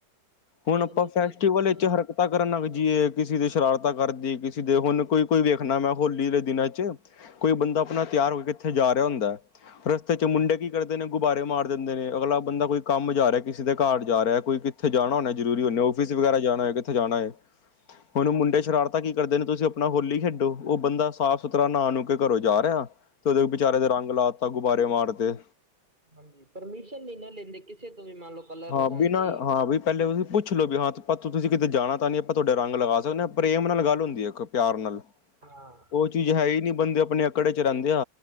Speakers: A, on the left; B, on the right.
A: ਹੁਣ
B: ਤੇ
A: ਆਪਾਂ
B: ਮਤਲਬ
A: ਫੈਸਟੀਵਲ
B: ਕਿ ਹਾਂ
A: ਵਿੱਚ ਹਰ ਤਾ ਕਰਨ ਲਗ ਜੀਏ ਕਿਸੇ ਦੇ ਸ਼ਰਾਰਤਾ ਕਰਦੀ ਕਿਸੇ ਦੇ ਹੁਣ ਕੋਈ-ਕੋਈ ਵੇਖਣਾ ਮੈਂ ਹੋਲੀ ਦੇ ਦਿਨਾ ਚ। ਕੋਈ ਬੰਦਾ ਆਪਣਾ ਤਿਆਰ ਹੋ ਕੇ ਥੇ ਜਾ ਰਿਹਾ ਹੁੰਦਾ ਹੈ ਰਸਤੇ ਚ ਮੁੰਡੇ ਕੀ ਕਰਦੇ ਨੇ ਗੁਬਾਰੇ ਮਾਰ ਦਿੰਦੇ ਨੇ ਅਗਲਾ ਬੰਦਾ ਕੋਈ ਕੰਮ ਜਾ ਰਿਹਾ ਕਿਸੇ ਦੇ ਘਰ ਜਾ ਰਿਹਾ ਕੋਈ ਥੇ ਜਾਣਾ ਹੋੁੰਣਾ ਜ਼ਰਰੀ
B: ਹਾਂ
A: ਹੁੰਦੇ
B: ਉਹੀ
A: ਆਫਿਸ
B: ਗੱਲ
A: ਵਗੈਰਾ
B: ਹੈ ਮਤਲਬ
A: ਜਾਣਾ ਹੋ ਕਿੱਥੇ ਜਾਣਾ ਹੈ ਉਹਨੂੰ ਮੁੰਡੇ ਸ਼ਰਾਰ ਪਤਾ ਕੀ ਕਰਦੇ ਨੇ ਤੁਸੀਂ ਆਪਣਾ ਹੋਲੀ ਖੇਡੋ ਉਹ ਬੰਦਾ ਸਾਫ਼ ਸੁਥਰਾ ਨਾ ਨੂ ਕੇ ਘਰੋ ਜਾ ਰਿਹਾ ਤੇ ਉਹਦੇ ਬੇਚਾਰੇ ਦੇ ਰੰਗ ਲਾ ਤਾ ਗੁਬਾਰੇ ਮਾਰਤੇ।
B: ਹਾਂਜੀ ਪਰਮਿਸ਼ਨ ਨਹੀਂ ਨਾ ਲੈਂਦੇ ਕਿਸੇ ਤੋਂ ਵੀ ਮੰਨ ਲਓ ਕਲਰ
A: ਹਾ
B: ਲਗਾਉਣ
A: ਬਿਨਾਂ
B: ਲਈ
A: ਹਾ ਵੀ ਪਹਿਲੇ ਉਹ ਪੁੱਛ ਲੋ ਵੀ ਹਾ ਤੁਸੀ ਕਿਤੇ ਜਾਣਾ ਤਾ ਨੀ ਆਪਾ ਤੁਹਾਡੇ ਰੰਗ ਲਗਾ ਸਕਦੇ ਹਾ ਪ੍ਰੇਮ ਨਾਲ ਗੱਲ ਹੁੰਦੀ ਹੈ ਇੱਕ ਪਿਆਰ ਨਾਲ।
B: ਹਾਂ
A: ਉਹ ਚੀਜ਼ ਹੈ ਹੀ ਨਹੀਂ ਬੰਦੇ ਆਪਣੇ ਅਕੜ ਚ ਰਹਿੰਦੇ ਆ